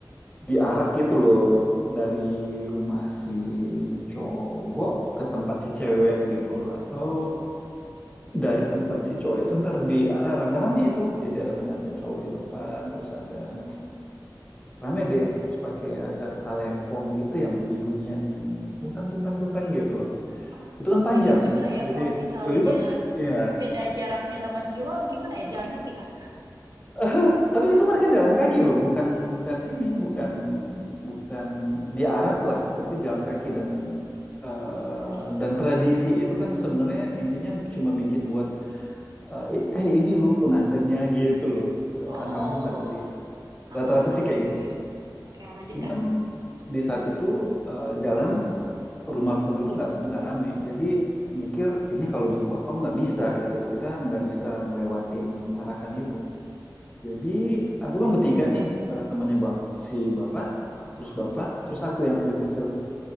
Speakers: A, on the left; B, on the right.
A: diarak gitu loh dari rumah si cowok ke tempat si cewek gitu loh atau dari tempat si cowok itu ntar diarak rame-rame itu. Jadi ada pengantin cowok di depan terus ada
B: mm.
A: Rame deh, terus pakai ada talempong gitu yang bunyi-bunyian tungtang tungtang tungtang gitu loh.
B: oh
A: Itu kan panjang.
B: ribet juga ya kalau
A: Jadi
B: misalnya
A: ribet. Iya.
B: beda jaraknya delapan kilo gimana ya? Jalan kaki kah?
A: <laughs> Tapi itu mereka jalan kaki loh, bukan bukan ini, bukan bukan diarak lah, berarti jalan kaki dan eh,
B: Oh, serius.
A: dan tradisi itu kan sebenarnya intinya cuma bikin buat eh eh, ini loh pengantennya gitu loh.
B: Oh,
A: Orang kampung pada lihat.
B: ah, ah,
A: Rata-rata sih kayak
B: oke.
A: gitu.
B: Oke, lanjut,
A: Cuman
B: Kak.
A: di saat itu eh, jalanan rumah penduduk nggak nggak rame. Jadi mikir ini kalau dipotong nggak bisa gitu loh. Kita nggak bisa ngelewatin arakan itu. Jadi
B: Hmm,
A: aku kan bertiga nih eh, temannya ba- si bapak, terus bapak, terus aku yang paling kecil.